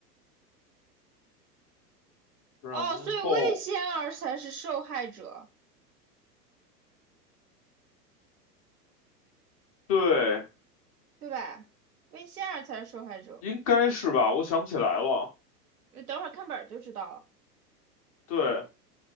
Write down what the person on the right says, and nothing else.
哦，所以魏仙儿才是受害者，
对吧？魏仙儿才是受害者。
呃等会儿看本儿就知道了。